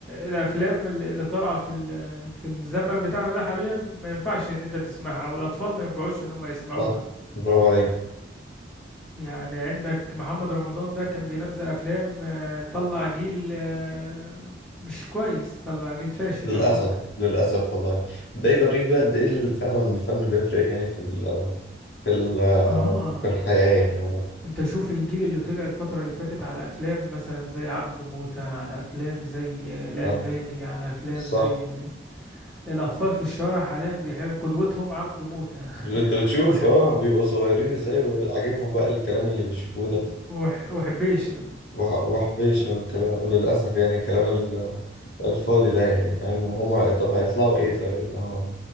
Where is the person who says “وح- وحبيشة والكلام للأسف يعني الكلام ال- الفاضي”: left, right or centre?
Left